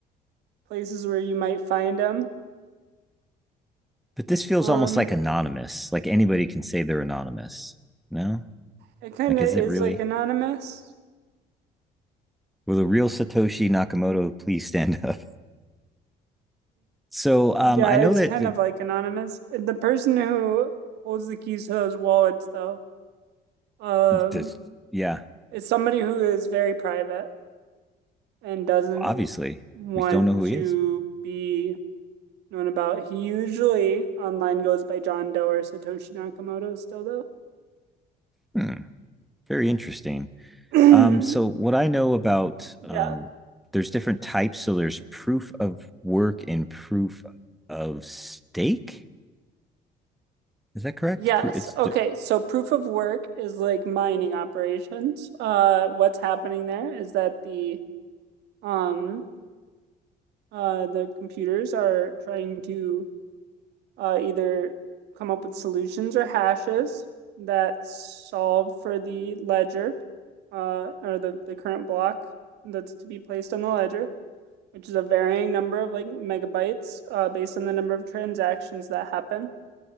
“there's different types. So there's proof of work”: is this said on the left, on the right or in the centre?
Centre